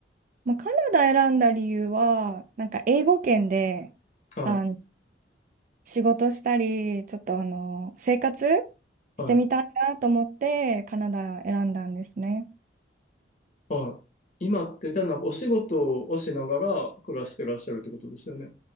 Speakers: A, on the right (about 45°); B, on the left (about 40°).
A: まあ、カナダ選んだ理由は、なんか英語圏で、
B: は
A: あの、仕事したり、ちょっとあの、生活
B: い。
A: してみたいなと思ってカナダ選んだんですね。
B: はい。はい。今って、じゃあなんかお仕事をしながら暮らしてらっしゃるってことですよね。